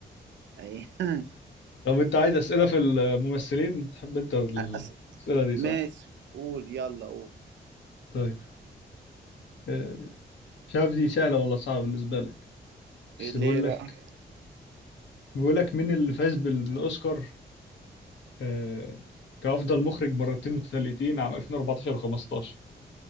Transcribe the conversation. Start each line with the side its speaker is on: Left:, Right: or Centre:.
Right: ايه <laughs>
Left: طب انت عايز اسئله في الممثلين تحب انت الاسئله
Right: أص-
Left: دي
Right: ماشي
Left: صح
Right: قول يلا قول
Left: طيب آه، مش عارف دي سهله ولا صعبه بالنسبه لك
Right: ليه
Left: بس بقول
Right: بقى
Left: لك بقول لك مين اللي فاز بال- بالاوسكار آه، كافضل مخرج مرتين متتاليتين عام 2014 و15